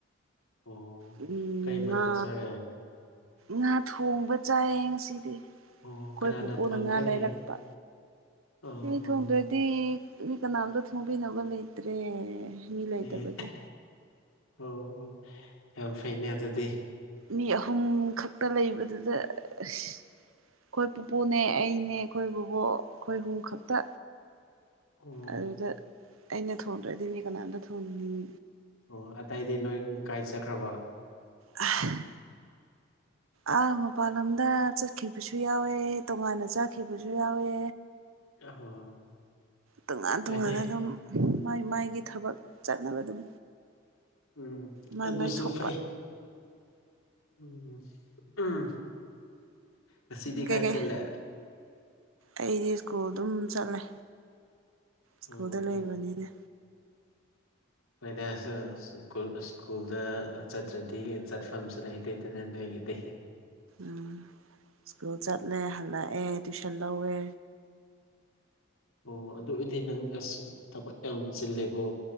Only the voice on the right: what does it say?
ꯎꯝ
ꯉꯥ
ꯉꯥ ꯊꯣꯡꯕ ꯆꯥꯏꯌꯦ ꯉꯁꯤꯗꯤ ꯑꯩꯈꯣꯏ
ꯄꯨꯄꯣꯛꯅ
ꯉꯥ ꯂꯩꯔꯛꯄ
ꯑꯩ
ꯊꯣꯡꯗ꯭ꯔꯗꯤ ꯃꯤ ꯀꯅꯥꯝꯇ ꯊꯣꯡꯕꯤꯅꯕ ꯂꯩꯇ꯭ꯔꯦ ꯃꯤ ꯂꯩꯇꯕꯒꯤ
ꯃꯤ ꯑꯍꯨꯝ ꯈꯛꯇ ꯂꯩꯕꯗꯨꯗ ꯑꯁ ꯑꯩꯈꯣꯏ ꯄꯨꯄꯨꯅꯦ ꯑꯩꯅꯦ ꯑꯩꯈꯣꯏ ꯕꯕꯣꯛ ꯑꯩꯈꯣꯏ ꯍꯨꯝ ꯈꯛꯇ
ꯑꯗꯨꯗ ꯑꯩꯅ ꯊꯣꯡꯗ꯭ꯔꯣꯏꯗꯤ ꯃꯤ ꯀꯅꯥꯝꯇ ꯊꯣꯟꯅꯤꯡ
ꯑ <inaudible> ꯑ ꯃꯄꯥꯟ ꯂꯝꯗ ꯆꯠꯈꯤꯕꯁꯨ ꯌꯥꯎꯋꯦ ꯇꯣꯉꯥꯟꯅ ꯆꯠꯈꯤꯕꯁꯨ ꯌꯥꯎꯋꯦ
ꯇꯣꯉꯥꯟ ꯇꯣꯉꯥꯟꯅ
ꯑꯗꯨꯝ ꯃꯥꯏ ꯃꯥꯏꯒꯤ ꯊꯕꯛ ꯆꯠꯅꯕ ꯑꯗꯨꯝ
ꯃꯥꯏ
ꯃꯥꯏ ꯊꯣꯛꯄ
ꯀꯩꯀꯩ
ꯑꯩꯗꯤ ꯁ꯭ꯀꯨꯜ ꯗꯨꯝ ꯆꯠꯂꯦ ꯁ꯭ꯀꯨꯜꯗ
ꯂꯩꯕꯅꯤꯅꯦ
ꯎꯝ ꯁ꯭ꯀꯨꯜ ꯆꯠꯂꯦ ꯍꯜꯂꯛꯑꯦ ꯇꯨꯏꯁꯟ ꯂꯧꯋꯦ